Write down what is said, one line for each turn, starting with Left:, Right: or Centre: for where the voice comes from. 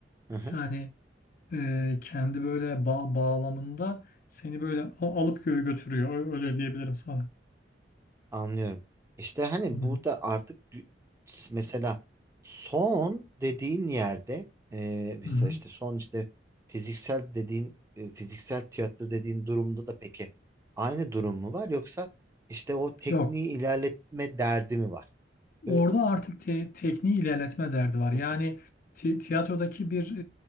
Right: Hı hı.
Left: yani e, kendi böyle bağ bağlamında seni böyle a- alıp gö- götürüyor. Ö- Öyle diyebilirim sana.
Right: Anlıyorum. İşte hani
Left: Hı hı.
Right: burada artık gü- mesela son dediğin yerde e, mesela
Left: Hı hı.
Right: işte son işte fiziksel dediğin e, fiziksel tiyatro dediğin durumda da peki aynı durum mu var yoksa işte o tekniği
Left: Yok.
Right: ilerletme derdi mi var? Böyle-
Left: Orada artık te- tekniği ilerletme derdi var.
Right: Hı
Left: Yani
Right: hı.
Left: ti- tiyatrodaki bir